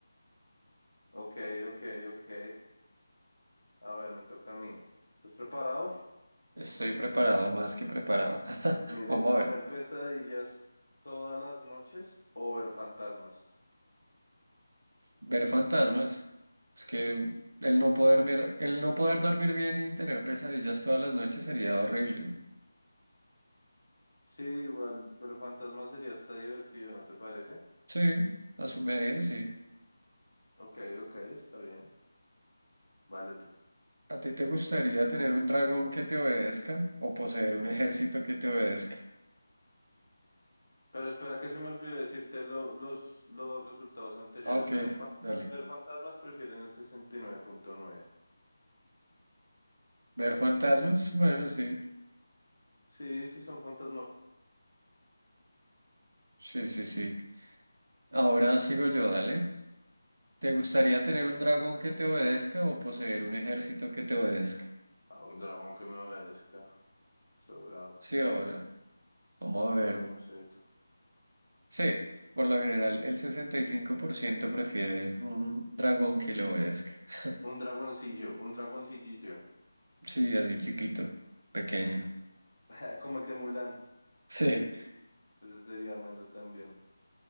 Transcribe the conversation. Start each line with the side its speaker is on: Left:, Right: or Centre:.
Left: Ok, ok, ok. A ver, me toca a mí. ¿Estás preparado?
Right: Estoy preparado, más que preparado. <laughs>
Left: Mire,
Right: Vamos a
Left: tener
Right: ver.
Left: pesadillas todas las noches o ver fantasmas.
Right: Ver fantasmas. Es que el no poder, mir- el no poder dormir bien y tener pesadillas todas las noches sería horrible.
Left: Sí, igual ver fantasmas sería hasta divertido, ¿no te parece?
Right: Sí, a su medida, sí.
Left: Ok, ok, está bien. Vale, te-
Right: ¿A ti te gustaría tener un dragón que te obedezca o poseer un ejército que te obedezca?
Left: pero espera que se me olvidó decirte lo- los, los resultados anteriores.
Right: Ah, ok,
Left: Ver, fanta-
Right: dale.
Left: ver fantasmas prefieren el 69.9.
Right: ¿Ver fantasmas? Bueno, sí.
Left: Sí, sí, sí son fantasmas.
Right: Sí, sí, sí. Ahora sigo yo, dale. ¿Te gustaría tener un dragón que te obedezca o poseer un ejército que te obedezca?
Left: Ah, un dragón que me obedezca. Sobrado.
Right: Sí, obvio. Vamos a ver.
Left: Un dragoncito.
Right: Sí, por lo general el 65% prefiere un dragón que le obedezca. <laughs>
Left: Un dragoncillo, un dragoncillito,
Right: Sí, así chiquito, pequeño. <laughs>
Left: <laughs> Como el de Mulan.
Right: Sí,
Left: Ese sería Melo también.